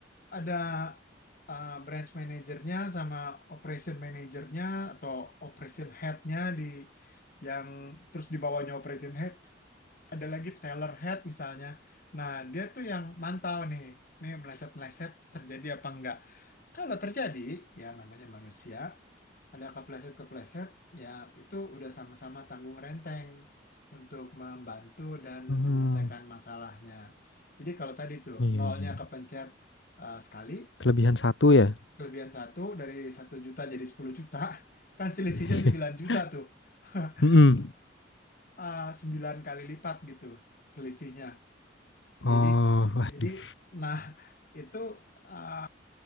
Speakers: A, on the left; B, on the left.
A: ada eh, branch manajernya sama operation manajernya atau operation headnya di yang terus di bawahnya operation head ada lagi Taylor Head misalnya. Nah, dia tuh yang mantau nih, nih meleset-meleset terjadi apa enggak. Kalau terjadi, ya namanya manusia, ada kepleset-kepleset, ya itu udah sama-sama tanggung renteng untuk membantu dan
B: mmm,
A: menyelesaikan masalahnya. Jadi kalau tadi tuh
B: iya
A: nolnya
B: iya. iya.
A: kepencet eh, sekali,
B: Kelebihan satu ya?
A: kelebihan satu dari satu juta jadi sepuluh juta, <laughs> kan selisihnya
B: <laughs>
A: sembilan juta tuh. <laughs>
B: Mhm.
A: Ah, 9 kali lipat gitu selisihnya.
B: Oh,
A: Jadi
B: waduh,
A: jadi nah itu uh,